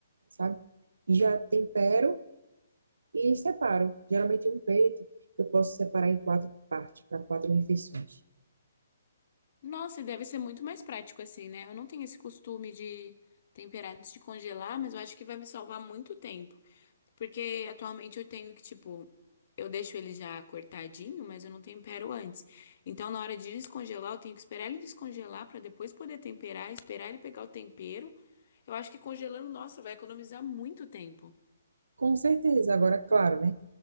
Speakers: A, on the right; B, on the left.
A: sabe? E já tempero e separo. Geralmente um peito eu posso separar em quatro partes, para quatro refeições.
B: Nossa, e deve ser muito mais prático assim, né? Eu não tenho esse costume de temperar antes de congelar, mas eu acho que vai me salvar muito tempo. Porque atualmente eu tenho que, tipo, eu deixo ele já cortadinho, mas eu não tempero antes. Então, na hora de descongelar, eu tenho que esperar ele descongelar pra depois poder temperar, esperar ele pegar o tempero. Eu acho que congelando, nossa, vai economizar muito tempo.
A: Com certeza, agora, claro, né?